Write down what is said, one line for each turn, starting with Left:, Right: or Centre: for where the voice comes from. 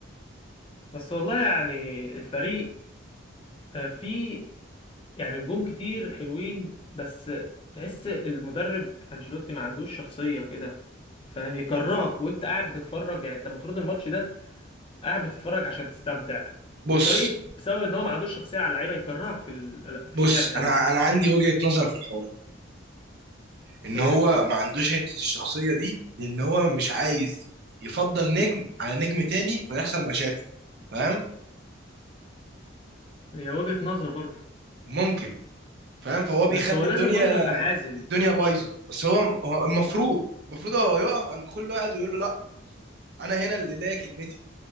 Left: بس والله يعني الفريق آه، فيه يعني نجوم كتير حلوين بس تحس المدرب انشيلوتي ما عندوش شخصية كده فاهم يكرهك وانت قاعد بتتفرج يعني انت المفروض الماتش ده قاعد بتتفرج عشان تستمتع
Right: بص
Left: بطريقة بسبب ان هو ما عندوش شخصية على اللعيبة يكرهك في ال- في
Right: بص
Left: اللعب يا
Right: أنا
Left: جدع
Right: أنا عندي وجهة نظر في الحوار ده إن
Left: ايه
Right: هو ما عندوش حتة الشخصية دي لأن هو مش عايز يفضل نجم على نجم تاني فيحصل مشاكل فاهم
Left: هي وجهة نظر برضه
Right: ممكن فاهم فهو بيخلي
Left: بس هو لازم
Right: الدنيا
Left: برضه يبقى حازم
Right: الدنيا بايظة بس هو هو المفروض المفروض هو يقف عند كل واحد ويقول له لا أنا هنا اللي ليا كلمتي